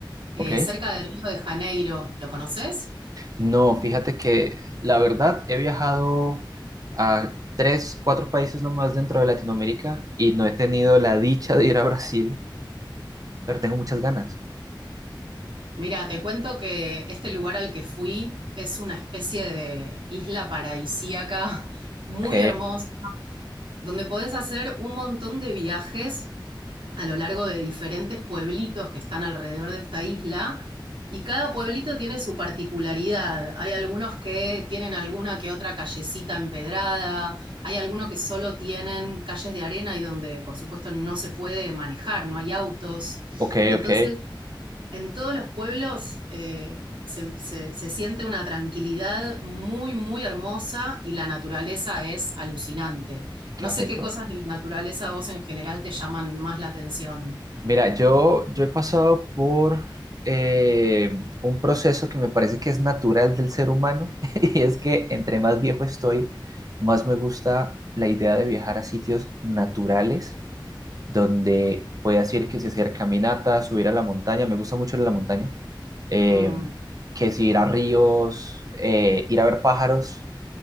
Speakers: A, on the right (about 85°); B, on the right (about 45°).
A: eh,
B: ok.
A: cerca de Río de Janeiro. ¿Lo conoces?
B: No, fíjate que la verdad he viajado a tres, cuatro países nomás dentro de Latinoamérica y no he tenido la dicha de ir a Brasil, pero tengo muchas ganas.
A: Mira, te cuento que este lugar al que fui es una especie de isla paradisíaca <laughs> muy
B: Ok,
A: hermosa, donde podés hacer un montón de viajes a lo largo de diferentes pueblitos que están alrededor de esta isla. Y cada pueblito tiene su particularidad. Hay algunos que tienen alguna que otra callecita empedrada, hay algunos que solo tienen calles de arena y donde, por supuesto, no se puede manejar, no hay autos.
B: ok,
A: Entonces,
B: ok.
A: en todos los pueblos eh, se, se- se siente una tranquilidad muy, muy hermosa y la naturaleza es alucinante.
B: Qué
A: No sé
B: rico.
A: qué cosas de la naturaleza a vos en general te llaman más la atención.
B: Mira, yo, yo he pasado por eh, un proceso que me parece que es natural del ser humano <laughs> y es que entre más viejo estoy, más me gusta la idea de viajar a sitios naturales donde
A: Mm,
B: puedas ir que si hacer caminatas, subir a la montaña, me gusta mucho ir a la montaña, eh,
A: mm,
B: que si ir a ríos, eh, ir a ver pájaros,